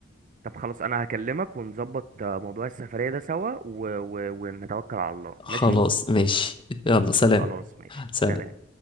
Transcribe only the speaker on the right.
طب خلاص أنا هكلمك ونظبط آه، موضوع السفرية ده سوا و... و... ونتوكل على الله
ماشي؟
خلاص ماشي
سلام